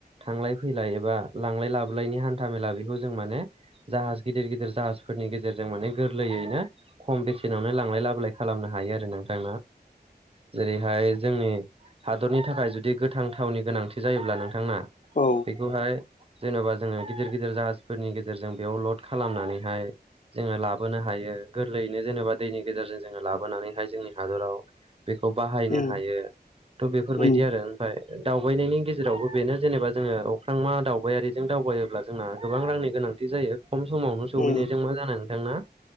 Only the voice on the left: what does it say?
औ
उम
उम
उम